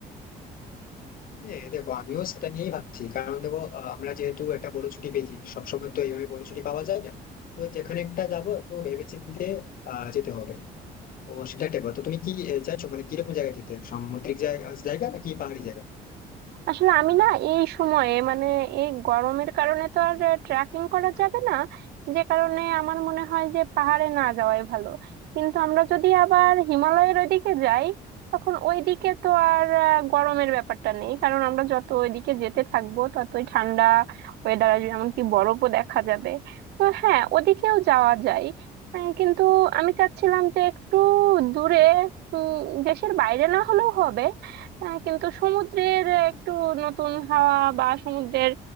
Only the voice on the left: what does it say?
হ্যাঁ দেখো আমিও সেটা নিয়েই ভাবছি কারণ দেখো আহ, আমরা যেহেতু একটা বড় ছুটি পেয়েছি সবসময় তো এইভাবে বড় ছুটি পাওয়া যায় না তো যেখানে একটা যাবো একটু ভেবেচিন্তে আহ, যেতে হবে তো সেটা একটা ব্যাপার। তো তুমি কি আহ, চাইছো মানে কিরকম জায়গায় যেতে সামুদ্রিক জায়গা জায়গা নাকি পাহাড়ি জায়গা